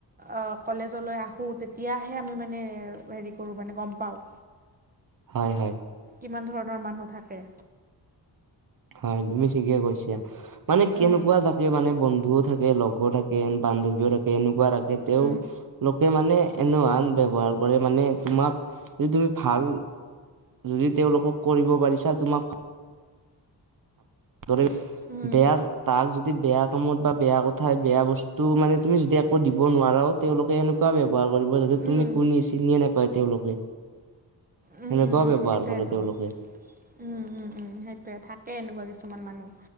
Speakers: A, on the right; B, on the right.
A: অ কলেজলৈ আহোঁ তেতিয়াহে আমি মানে হেৰি কৰোঁ মানে গম পাওঁ
B: হয় হয়
A: কিমান ধৰণৰ মানুহ থাকে
B: হয় তুমি ঠিকে কৈছা মানে কেনেকুৱা
A: উম
B: থাকে মানে বন্ধুও থাকে লগ ৰ থাকে, বান্ধৱীও থাকে এনেকুৱা ৰাখে তেওঁ
A: উম
B: লোকে মানে এনেও আন ব্যৱহাৰ কৰে মানে তোমাক যদি তুমি ভাল যদি তেওঁলোকক কৰিব পাৰিছা তোমাক <unintelligible>
A: উম
B: বেয়া তাক যদি বেয়া কামত বা বেয়া কথা, বেয়া বস্তু মানে তুমি যদি একো দিব নোৱাৰাও তেওঁলোকে এনেকুৱা ব্যৱহাৰ কৰিব যাতে তুমি
A: উম
B: কোনি চিনিয়ে নাপায় তেওঁলোকে।
A: উম
B: সেনেকুৱা
A: উম উম
B: ব্যৱহাৰ
A: সেইটোৱেতো
B: কৰে তেওঁলোকে।
A: উম, উম, উম, সেইটোৱে, থাকে এনেকুৱা কিছুমান মানুহ।